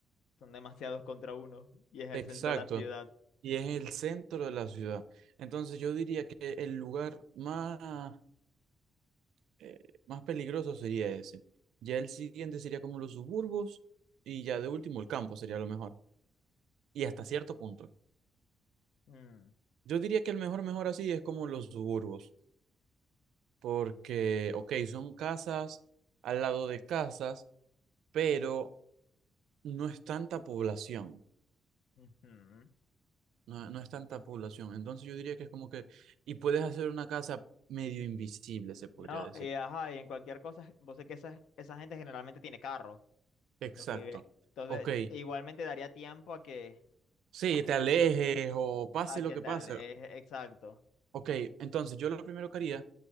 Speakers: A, on the left (about 85°); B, on the right (about 85°).
A: son demasiados contra uno. Y es el
B: exacto,
A: centro de la ciudad.
B: y es el centro de la ciudad. Entonces yo diría que el lugar más, eh, más peligroso sería ese. Ya el siguiente sería como los suburbos, y ya de último el campo sería lo mejor, y hasta cierto punto.
A: Mm,
B: Yo diría que el mejor, mejor así es como los suburbos, porque, ok, son casas al lado de casas, pero no es tanta población,
A: ujú.
B: no, no es tanta población. Entonces yo diría que es como que, y puedes hacer una casa medio invisible, se podría
A: No,
B: decir.
A: y ajá, y en cualquier cosa, vos sé que esa, esa gente generalmente tiene carro.
B: Exacto.
A: Los que viven. Entonces,
B: Ok,
A: igualmente daría tiempo a que,
B: sí,
A: a,
B: te alejes o pase
A: a
B: lo
A: que
B: que
A: tal,
B: pase.
A: es exacto.
B: Ok, entonces yo lo primero que haría,